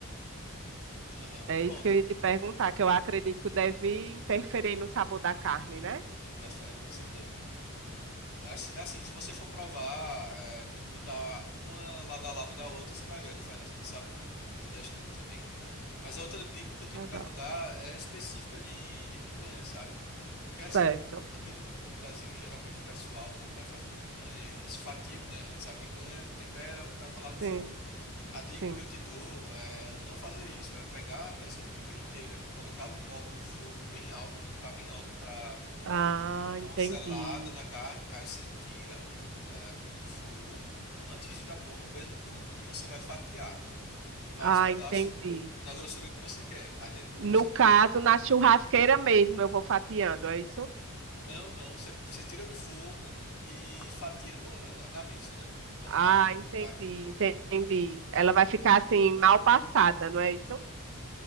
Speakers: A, on the left (about 85°); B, on the right (about 60°).
A: Aham.
B: É
A: Pronto.
B: isso que eu ia te perguntar, que eu acredito que deve interferir no sabor da carne, né?
A: Interfere, com certeza. É Assim, é assim, se você for provar, é, botar uma lado a lado da outra, você vai ver a diferença de sabor e de textura também. Mas a outra dica que eu tenho
B: Legal.
A: pra te dar é específica de, de picanha, sabe? Porque assim,
B: Certo.
A: aqui no, Bra- no Brasil, geralmente o pessoal, quando vai fazer uma picanha, eles fatiam, né, antes a picanha, temperam e tacam lá no
B: Sim,
A: fogo. A dica
B: sim.
A: que eu te dou é não fazer isso, é pegar a peça de picanha inteira, colocar logo no fogo, bem alto, tem que estar bem alto para
B: Ah,
A: dá
B: entendi.
A: uma selada na carne, aí você tira eh, do fogo antes de estar pronto, mesmo cru, e você vai fatiar em vários
B: Ah,
A: pedaços
B: entendi.
A: na grossura que você quer. Aí depois
B: No
A: você
B: caso,
A: pe...
B: na churrasqueira mesmo, eu vou fatiando, é isso?
A: não, não, você, você tira do fogo e fatia numa- na, na mesa, né? Numa
B: Ah,
A: tábua
B: entendi,
A: de carne.
B: entendi. Ela vai ficar assim, mal passada, não é isso?